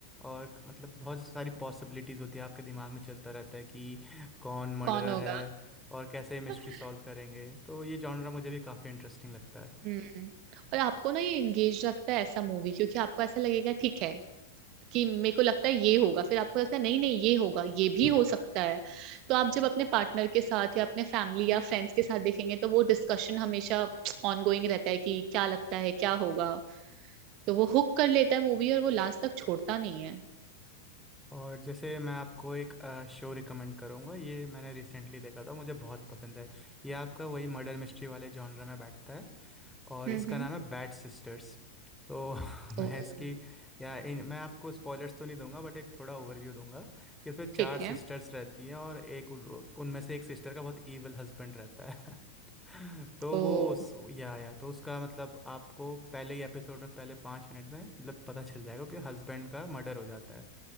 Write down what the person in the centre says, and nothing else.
और क- मतलब बहुत सारी पॉसिबिलिटीज़ होती है आपके दिमाग में चलता रहता है कि कौन मर्डरर
है और कैसे मिस्ट्री
सॉल्व करेंगे तो ये जॉनरा मुझे भी काफ़ी इंटरेस्टिंग लगता है
और जैसे मैं आपको एक शो रिकमेंड करूँगा ये मैंने रिसेंटली देखा था मुझे बहुत पसंद है ये आपका वही मर्डर मिस्ट्री वाले जॉनरा में बैठता है और
इसका
नाम है बैट सिस्टर्स तो <laughs>
मैं इसकी या इन मैं आपको स्पॉयलर्स तो नहीं दूंगा बट एक थोड़ा ओवरव्यू दूंगा कि इसमें चार
सिस्टर्स
रहती हैं और एक उन- उनमें से एक सिस्टर का बहुत ईवल हस्बैंड रहता है <laughs> तो
वो उस, या या तो उसका मतलब आपको पहले ही एपिसोड में पहले पाँच मिनट में मतलब पता चल जाएगा कि हस्बैंड का मर्डर हो जाता है